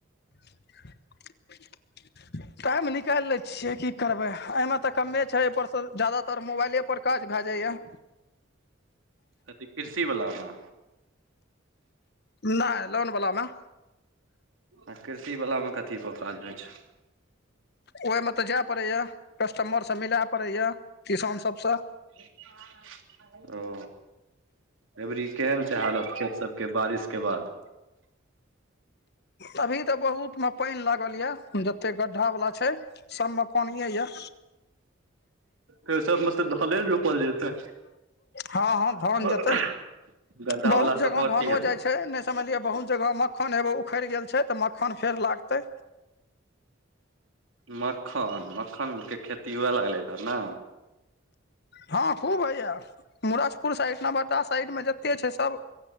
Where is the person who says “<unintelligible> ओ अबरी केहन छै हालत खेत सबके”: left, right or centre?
Right